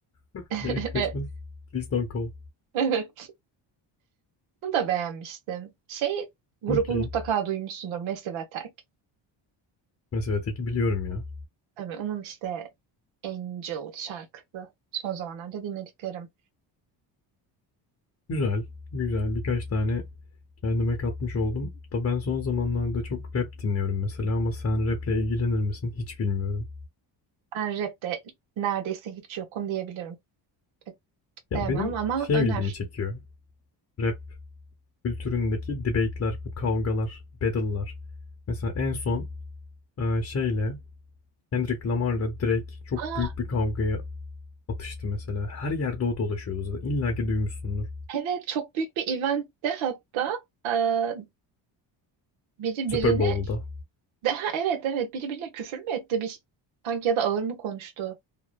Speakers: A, on the left; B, on the right.
A: <laughs>
B: <laughs>
A: Merry Christmas. Please don't call.
B: Evet, bunu da beğenmiştim. Şey, grubu
A: Okay.
B: mutlaka duymuşsundur, Massive Attack.
A: Mesela teki biliyorum ya.
B: Tabii onun işte Angel şarkısı. Son zamanlarda dinlediklerim.
A: Güzel, güzel. Birkaç tane kendime katmış oldum. Da ben son zamanlarda çok rap dinliyorum mesela ama sen rap'le ilgilenir misin hiç bilmiyorum.
B: Ben rapte neredeyse hiç yokum diyebilirim. Pek
A: Ya
B: sevmem
A: benim
B: ama
A: şey
B: öner.
A: ilgimi çekiyor. Rap kültüründeki debate'ler, bu kavgalar, battle'lar. Mesela en son e, şeyle Kendrick Lamar'la Drake çok
B: Aa,
A: büyük bir kavgaya atıştı mesela. Her yerde o dolaşıyordu zaten. İlla ki duymuşsundur.
B: evet çok büyük bir eventte hatta eee, biri
A: Super
B: birini
A: Bowl'da.
B: de, ha evet evet biri birine küfür mü etti bir sanki ya da ağır mı konuştu?